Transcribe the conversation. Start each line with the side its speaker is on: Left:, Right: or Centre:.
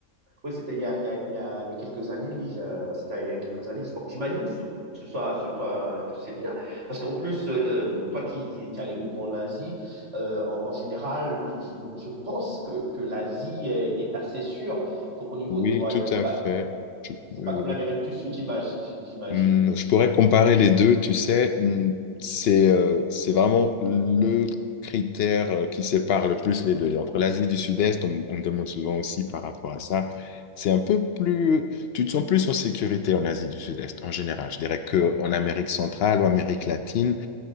Right: Oui, c'était il y a, il y a, il y a, il y a quelques années, oui, j'ai- c'était il y a quelques années. Je pense- J'imagine que ce, ce soit, ce soit, que c'est bien. Parce qu'en plus, euh, euh, toi qui, qui, qui allais beaucoup en Asie, euh, en, en général, je, je pense que, que l'Asie est, est assez sûre pour- au niveau
Left: Oui,
Right: des voyages.
Left: tout à
Right: C'est pas,
Left: fait. Tu-
Right: c'est
Left: oui,
Right: pas
Left: oui,
Right: comme
Left: oui.
Right: l'Amérique du Sud, j'imagine.
Left: Hmm, je pourrais comparer les deux, tu sais, hmm, c'est euh, c'est vraiment le critère euh, qui sépare le plus les deux. Et Entre l'Asie du Sud-Est, on, on me demande souvent aussi par rapport à ça, c'est un peu plus, tu te sens plus en sécurité en Asie du Sud-Est en général. Je dirais qu'en Amérique centrale ou Amérique latine,